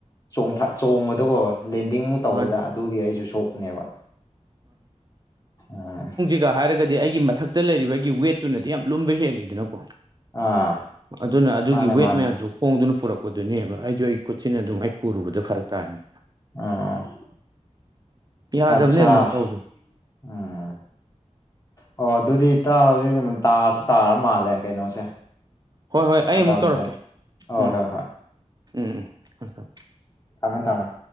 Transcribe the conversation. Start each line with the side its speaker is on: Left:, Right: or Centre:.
Left: ꯣꯡ ꯆꯣꯡꯕꯗꯀꯣ ꯂꯦꯟꯗꯤꯡ ꯇꯧꯕꯗ
Right: ꯃꯥꯅꯤ
Left: ꯑꯗꯨꯒꯤ ꯑꯩꯁꯨ ꯁꯣꯛꯄꯅꯦꯕ ꯎꯝ
Right: ꯑꯩꯒ ꯍꯥꯏꯔꯒꯗꯤ ꯑꯩꯒꯤ ꯃꯊꯛꯇ ꯂꯩꯔꯤꯕ ꯑꯩꯒꯤ ꯋꯦꯠꯇꯨꯅꯗꯤ ꯌꯥꯝ ꯂꯨꯝꯕ ꯍꯦꯜꯂꯤꯗꯅꯀꯣ
Left: ꯑꯥ
Right: ꯑꯗꯨꯅ ꯑꯗꯨꯒꯤ
Left: ꯃꯥꯅꯦ
Right: ꯋꯦꯠ
Left: ꯃꯥꯅꯦ
Right: ꯃꯌꯥꯝꯗꯣ ꯍꯣꯡꯗꯨꯅ ꯄꯨꯔꯛꯄꯗꯨꯅꯦꯕ ꯑꯩꯁꯨ ꯑꯩ ꯈꯨꯠꯁꯤꯅ ꯑꯗꯨꯝ ꯑꯩ ꯄꯨꯔꯨꯕꯗ ꯐꯔꯛ ꯇꯥꯏꯅꯦ
Left: ꯑꯣ
Right: ꯌꯥꯗꯕꯅꯦ
Left: ꯑꯆꯥ
Right: ꯑꯗꯨꯃꯥꯏꯅ ꯇꯧꯕꯗꯣ
Left: ꯎꯝ ꯑꯣ ꯑꯗꯨꯗꯤ ꯇꯗꯤ ꯇꯥꯔꯁꯨ ꯇꯥꯔ ꯃꯥꯜꯂꯦ ꯀꯩꯅꯣꯁꯦ
Right: ꯍꯣꯏ ꯍꯣꯏ ꯑꯩ
Left: ꯃꯇꯝꯁꯦ
Right: ꯑꯃꯨꯛ ꯇꯧꯔꯛꯀꯦ
Left: ꯍꯣꯏ
Right: ꯎꯝ
Left: ꯍꯣꯏ ꯍꯣꯏ
Right: ꯎꯝ ꯎꯝ ꯍꯝ ꯊꯝ
Left: ꯊꯥꯝꯃꯦ ꯊꯥꯝꯃꯦ